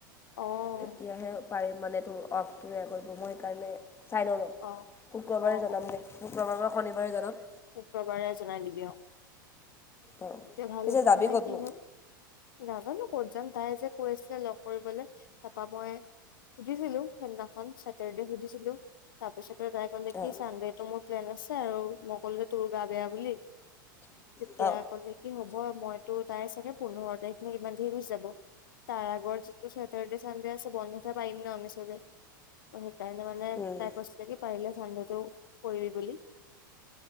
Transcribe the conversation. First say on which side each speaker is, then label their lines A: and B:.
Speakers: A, on the left; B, on the left.
A: অ',
B: তেতিয়াহে পাৰিম মানে তোৰ অফটো এয়া কৰিব মই সেইকাৰণে চাই নলও
A: অ',
B: শুক্ৰবাৰে
A: অ',
B: জনাম
A: অ',
B: দে শুক্ৰবাৰ বা শনিবাৰে জনাম
A: শুক্ৰবাৰে জনাই দিবি অ
B: অঁ
A: এতিয়া ভাল
B: পিছে
A: হ'ব
B: যাবি
A: মানে
B: ক'তনো
A: কি হল নাজানো ক'ত যাম তাই যে কৈ আছিলে লগ কৰিবলে তাপা মই সুধিছিলো সেইদিনাখন চেটাৰডে সুধিছিলো তাৰপিছতে তাই কলে কি
B: অঁ
A: চানডেটো মোৰ প্লেন আছে আৰু মই কলো যে তোৰ গা বেয়া বুলি তেতিয়া
B: অ
A: কলে কি হ'ব মইতো তাই চাগে পোন্ধৰ তাৰিখ মানে ইমান দেৰি হৈ যাব তাৰ আাগৰ যিটো চেটাৰ্ডে চানডে আছে বন্ধতহে পাইম ন আমি চবে অ সেইকাৰণে মানে
B: অঁ
A: তাই কৈছিলে কি পাৰিলে চানডেটো কৰি বুলি